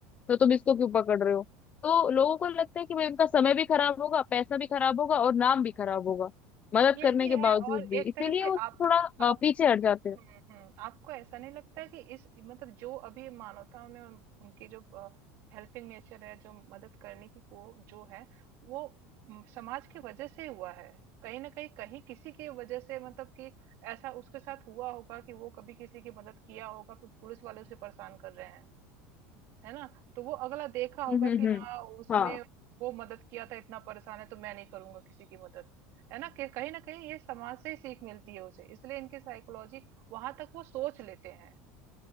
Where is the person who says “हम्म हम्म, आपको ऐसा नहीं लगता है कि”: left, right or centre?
Right